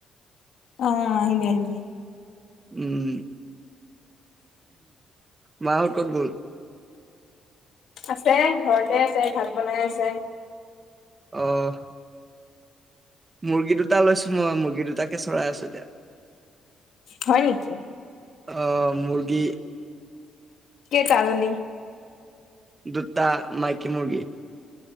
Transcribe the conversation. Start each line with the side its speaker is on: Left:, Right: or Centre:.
Left: অহ, আহিবি, আহিবি
Right: উম, মাহত ক'ত গ'ল।
Left: আছে ঘৰতে আছে ভাত বনাই আছে।
Right: অহ। মুৰ্গী দুটা লৈছো মই মুৰ্গী দুটাকে চৰাই আছো এতিয়া।
Left: হয়, নেকি।
Right: অহ মুৰ্গী।
Left: কেইটা আনিলি।
Right: দু্তা মাইকি মুৰ্গী।